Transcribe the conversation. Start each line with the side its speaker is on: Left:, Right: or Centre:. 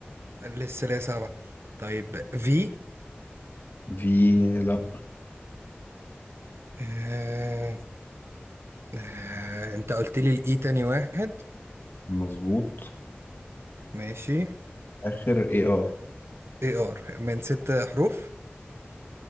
Right: لسه ليا صعبة طيب في
Left: في لا
Right: آه... آه... انت قلت لي الاي تاني واحد
Left: مظبوط
Right: ماشي
Left: واخر اي ار
Right: اي ار من ست حروف